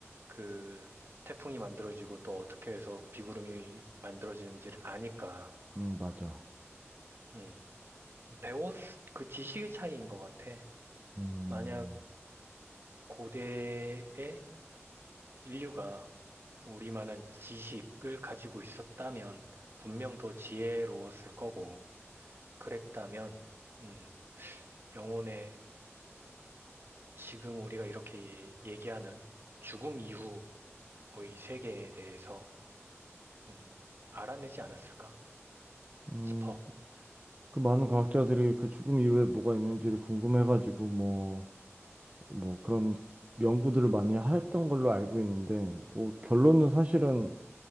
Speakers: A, on the right (about 55°); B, on the right (about 30°).
A: 그 태풍이 만들어지고 또 어떻게 해서 비구름이 만들어지는지를 아니까.
B: 음, 맞아.
A: 음. 배웠, 그 지식의 차이인 것 같아.
B: 음,
A: 만약 고대의 인류가 우리만한 지식을 가지고 있었다면 분명 더 지혜로웠을 거고, 그랬다면, 음, 영혼의 지금 우리가 이렇게 얘- 얘기하는 죽음 이후 어, 이 세계에 대해서 음, 알아내지 않았을까
B: 음,
A: 싶어.
B: 그 많은 과학자들이 그 죽음 이후에 뭐가 있는지를 궁금해가지고 뭐, 뭐 그런 연구들을 많이 했던 걸로 알고 있는데, 뭐 결론은 사실은